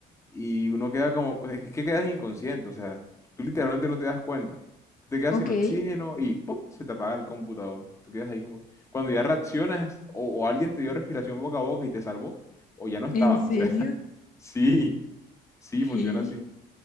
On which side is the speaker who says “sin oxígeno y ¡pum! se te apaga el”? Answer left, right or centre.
Left